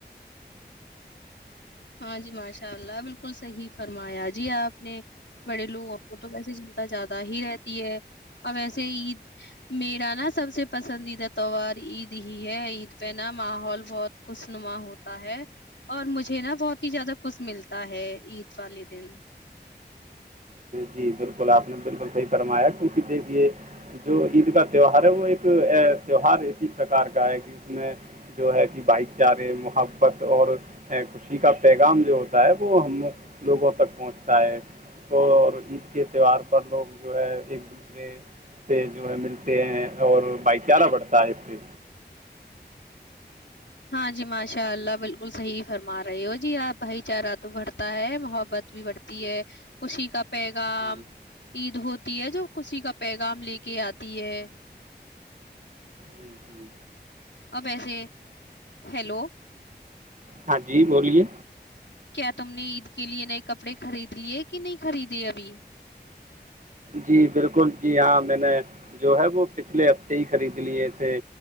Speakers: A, on the left; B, on the right.
A: ہاں جی ماشاء اللہ بالکل صحیح فرمایا جی آپ نے بڑے لوگوں کو تو ویسے چنتا زیادہ ہی رہتی ہے اور ویسے عید میرا نا سب سے پسندیدہ تہوار عید ہی ہے عید پہ نا ماحول بہت خش نما ہوتا ہے اور مجھے نا بہت ہی زیادہ کچھ ملتا ہے عید والے دن
B: جی بالکل آپ نے بالکل صحیح فرمایا کیونکہ دیکھیے جو عید کا تہوار ہے وہ ایک تیوار اسی پرکار کا ہے کہ اس میں جو ہے کہ بھائی چارے محبت اور خوشی کا پیغام جو ہوتا ہے وہ ہم لوگوں تک پہنچتا ہے تو عید کے تہوار پر لوگ جو ہے ایک دوسرے سے جو ہے ملتے ہیں اور بھائی چارہ بڑتا ہے پھر
A: ہاں جی ماشاء اللہ بالکل صحیح فرما رہے ہو جی آپ بھائی چارہ تو بڑھتا ہے محبت بھی بڑھتی ہے خوشی کا پیغام
B: جی
A: عید ہوتی ہے جو خوشی کا پیغام لے کے آتی ہے
B: جی جی
A: اب ایسے ہیلو
B: ہاں جی بولیے
A: کیا تم نے عید کے لیے نئے کپڑے خرید لیے کہ نہیں خریدے ابھی
B: جی بالکل جی ہاں میں نے جو ہے وہ پچھلے ہفتے ہی خرید لیے تھے